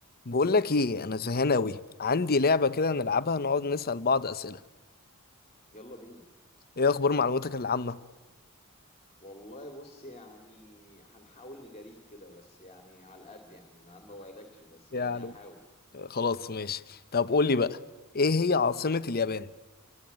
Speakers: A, on the left; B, on the left.
A: بقول لك ايه انا زهقان اوي عندي لعبه كده نلعبها نقعد نسال بعض اسئله
B: يلا بينا
A: ايه اخبار معلوماتك العامه
B: والله بص يعني هنحاول نجاريك كده بس يعني على القد يعني ما ما وعدكش بس
A: يعني
B: يعني هحاول
A: آه، خلاص ماشي طب قول لي بقى ايه هي عاصمه اليابان